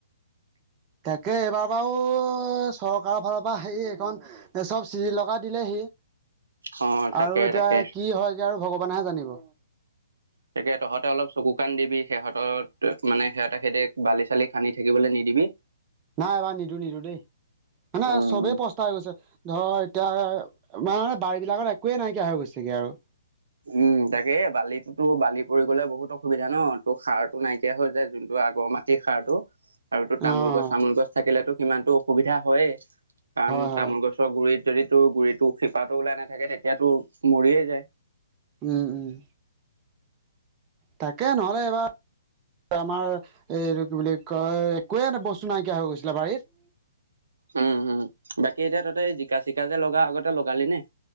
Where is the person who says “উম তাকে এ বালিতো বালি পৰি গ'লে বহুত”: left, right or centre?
Right